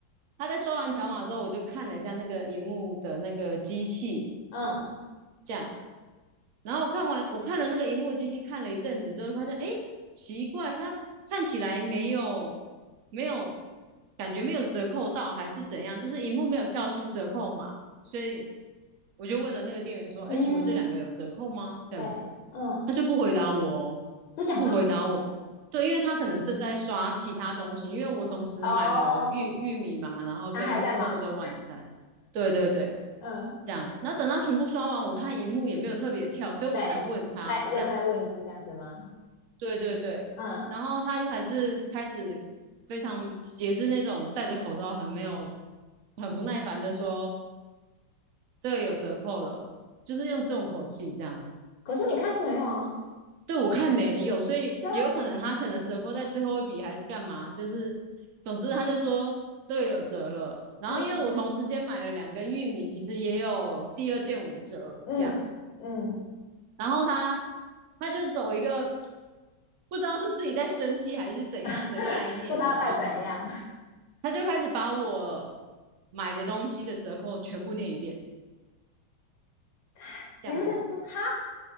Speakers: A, on the right; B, on the left.
A: 他在收完条码之后，我就看了一下那个荧幕的那个机器，
B: 嗯
A: 这样然后看完我看了那个荧幕机器看了一阵子之后，发现哎，诶奇怪，它看起来没有没有感觉没有折扣到，还是怎样？就是荧幕没有跳出折扣码，所以我就问了那个店员说：“哎，
B: 嗯，
A: 请问这两个有折扣吗？”这样子，
B: 对，嗯，
A: 他就不回答我哦
B: 不讲话，
A: 不回答我。对，因为他可能正在刷其他东西，因为我同时买了玉玉米嘛，
B: 哦哦，
A: 然后跟跟我的晚餐。
B: 他还在忙，
A: 对对对，
B: 嗯，
A: 这样。然后等他全部刷完，我看荧幕也没有特别跳，所以我才问他这样。
B: 对，再又再问一次这样子吗？
A: 对对对，
B: 嗯，
A: 然后他还是开始非常也是那种戴着口罩很没有很不耐烦的说这个有折扣了，就是用这种口气这样。
B: 可是你看就没有啊，
A: 对我看没有，所以也有可能他可能折扣在最后一笔还是干嘛，
B: 对啊，
A: 就是总之他就说这个有折了。然后因为我同时间买了两根玉米，
B: 嗯
A: 其实也有第二件五折这样。
B: 嗯嗯，
A: 然后他他就走一个不知道是自己在生气还是怎样的概念，
B: <laughs> 不知道他戴怎样，
A: 你知道吗？他就开始把我买的东西的折扣全部念一遍，
B: <laughs>
A: 这样子。
B: 你是说哈